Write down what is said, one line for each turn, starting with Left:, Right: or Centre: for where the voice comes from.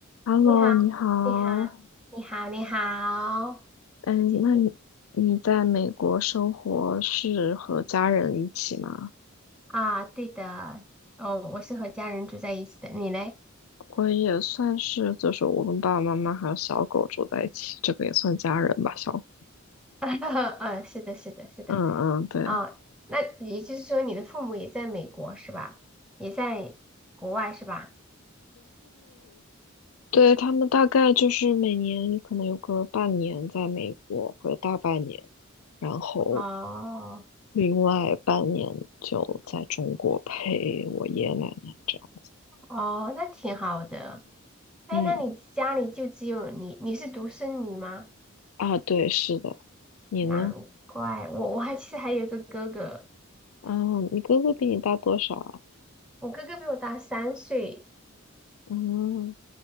Left: Hello，
Centre: 你好，
Left: 你好。
Centre: 你好，你好，你好，
Left: 嗯，
Centre: 最近
Left: 那你你在美国生活是和家人一起吗？
Centre: 啊，对的，哦，我是和家人住在一起的，你嘞？
Left: 我也算是，就是我跟爸爸妈妈还有小狗住在一起，这个也算家人吧。小狗，
Centre: <laughs> 嗯，是的，是的，是的，
Left: 嗯嗯，对，
Centre: 哦，那也就是说你的父母也在美国是吧？也在国外是吧？
Left: 对，他们大概就是每年可能有个半年在美国，或者大半年，然后
Centre: 哦，
Left: 另外半年就在中国陪我爷爷奶奶这样。
Centre: 哦，那挺好的。哎，
Left: 嗯，
Centre: 那你家里就只有你，你是独生女吗？
Left: 啊，对，是的。你呢？
Centre: 难怪我，我还其实还有一个哥哥，
Left: 嗯，你哥哥比你大多少啊？
Centre: 我哥哥比我大三岁。
Left: 嗯，